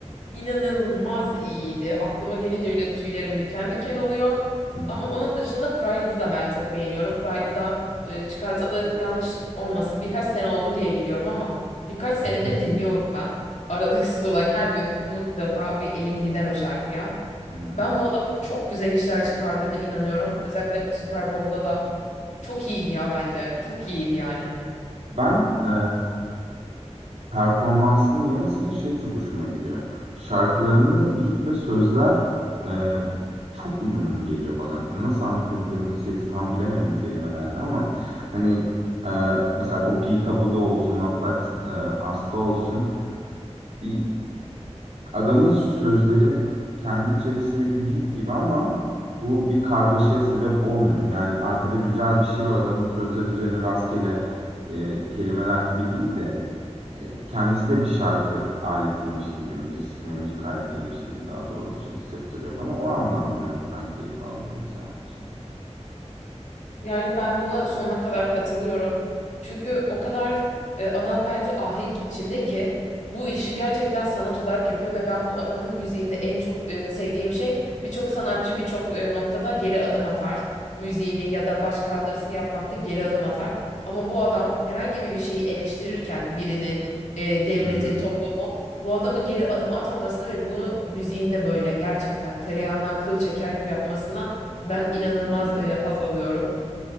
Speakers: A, on the left; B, on the right.
A: inanılmaz iyiydi. Aklıma gelince bile tüylerim diken diken oluyor.
B: Hı hı.
A: Ama onun dışında Pride'ı da ben çok beğeniyorum. Pride'ı da e, çıkartalı yanlış olmasın birkaç sene oldu diye biliyorum ama birkaç senedir
B: Hı hı.
A: dinliyorum ben. Aralıksız olarak her gün mutlaka bir elim gider o şarkıya.
B: Hı.
A: Ben bu adamın çok güzel işler çıkardığına inanıyorum. Özellikle Super Bowl'da da çok iyiydi ya bence. Çok iyiydi yani.
B: Ben e, Performansının yanı sıra şey çok hoşuma gidiyor. Şarkılarında beat ve sözler e, çok uyumlu geliyor bana. Nasıl anlatabilirim hissiyatı tam bilemedim kelimelerle ama hani e, mesela o Pika bu da olsun, Atlas e, Asta olsun bir adamın sözleri kendi içerisinde bir beat gibi ama bu bir kargaşaya sebep olmuyor. Yani arkada güzel bir şey var adamın sözleri üzerine rastgele e, kelimeler gibi değil de e, Kendisi de bir şarkı aletiymiş gibi, müzik, müzik aletiymiş gibi daha doğrusu hissettiriyor bana. O andan dinlemekten keyif aldığım bir sanatçı.
A: Yani ben buna sonuna kadar katılıyorum. Çünkü o kadar e, adam bence ahenk içinde ki bu işi gerçekten sanat olarak yapıyor ve ben bu adamın müziğinde en çok e, sevdiğim şey birçok sanatçı birçok e, noktada geri adım atar. Müziğini ya da baş kaldırısını yapmakta geri adım atar. Ama bu adam herhangi bir bir şeyi eleştirirken birini, e, devleti,
B: Hı hı,
A: toplumu bu adamın geri adım atmamasını ve bunu müziğinde böyle gerçekten tereyağından kıl çeker gibi yapmasından ben inanılmaz
B: hı hı.
A: e, haz alıyorum.